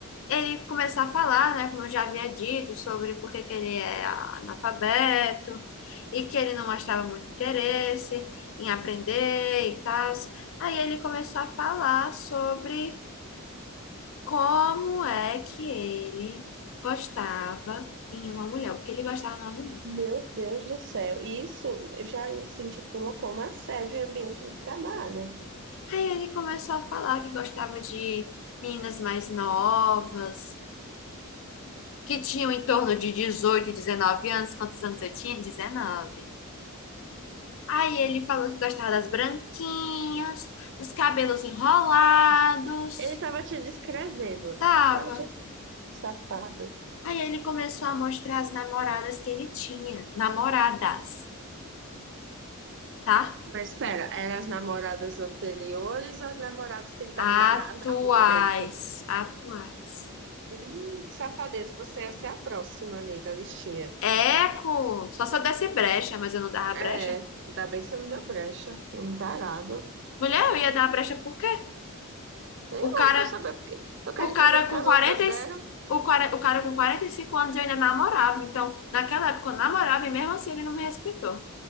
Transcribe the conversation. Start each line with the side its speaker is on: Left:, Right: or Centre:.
Left: ele começar a falar, né, como eu já havia dito, sobre por que que ele é analfabeto e que ele não mostrava muito interesse em aprender e tal. Aí ele começou a falar sobre como é que ele gostava em uma mulher, o que ele gostava numa mulher.
Right: Meu Deus do céu. E Isso já se intitula como assédio em ambiente de trabalho.
Left: Aí ele começou a falar que gostava de meninas mais novas, que tinham em torno de 18, 19 anos. Quantos anos eu tinha? 19. Aí ele falou que gostava das branquinhas, dos cabelos enrolados.
Right: Ele tava te descrevendo.
Left: Tava.
Right: Tava de safada.
Left: Aí ele começou a mostrar as namoradas que ele tinha. Namoradas, tá?
Right: Mas espera, eram as namoradas anteriores ou as namoradas que ele tava
Left: Atuais.
Right: na, na, no momento?
Left: Atuais.
Right: Ih, safadeza, você ia ser a próxima ali da listinha.
Left: Eco! Só se eu desse brecha, mas eu não dava
Right: É,
Left: brecha.
Right: ainda bem que você não deu brecha. Eu me tarada.
Left: Mulher, eu ia dar brecha por quê?
Right: Sei
Left: O
Right: lá,
Left: cara,
Right: eu quero saber porque. Eu quero
Left: o cara
Right: saber porque
Left: com
Right: as
Left: 40,
Right: outras
Left: e-
Right: deram.
Left: o cara, o cara com 45 anos eu ainda namorava. Então, naquela época eu namorava e mesmo assim ele não me respeitou.